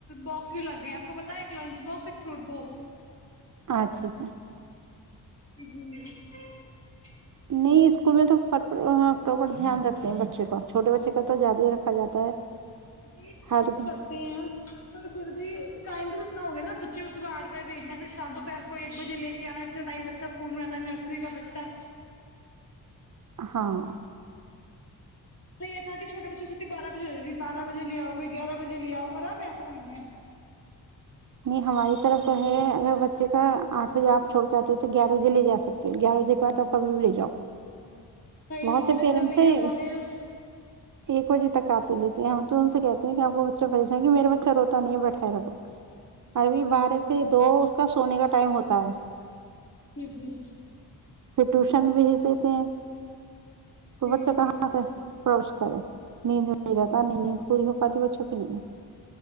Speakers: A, on the left; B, on the right.
A: باکس بھی لگ گئے ہیں آپ کو پتا ہے ایک لنچ باکس ایک فروٹ بس
B: اچھا اچھا
A: ج ہ ج <unintelligible>
B: نہیں اسکول میں تو ہ فاپر دھیان رکھتے ہیں بچے کا چھوٹے بچے کا تو زیادہ ہی رکھا جا ہے
A: جی دھیان
B: ہر
A: تو
B: دن۔
A: رکھتے ہیں پھر بھی ٹائم تو اتنا ہوگیا نا بچے کو صبح آٹھ بجے بھیجنا ہے پھر شام دوپہر کو ایک بجے لے کے آنا اتنا ٹائم بچہ اسکول میں آتا ہے نرسری کا بچہ
B: ہاں <unintelligible>
A: تو یہ تھا کہ چھوٹے بچے چھٹی بارہ بجے ہو ج تی بارہ بجے لے آؤ کوئی گیارہ بجے لے آؤ اور پیسا نہیں ہے
B: نہیں ہماری طرف تو ہے اگر بچے کا آٹھ بجے آپ چھوڑ جتے ہو تو گیارہ بجے لے جا سکتے ہو گیارہ بجے کے بعد آپ ابھی بھی لے جاؤ
A: کہیں
B: بہت
A: ہمارے
B: سے پیرنٹس
A: دھر نہیں ہے
B: ہیں
A: ہمارے یہاں
B: ایک بجے تک آتے لیتے ہیں ہم تو ان سے کہتے ہیں کہ آپ کو بچہ پریشان کہ میرا بچہ روتا نہیں ہے بیٹھائے رو اربھی بارہ سے دو اس کا سونے کا ٹائم ہوتا ہے
A: جی جی
B: پھر ٹیوشن بھی ہیچتے ہیں تو
A: جی
B: بچہ کہاں سے پروش نیند یر تار نہیں نیند پوری ہوگ پات بچ چھ کی نہیںے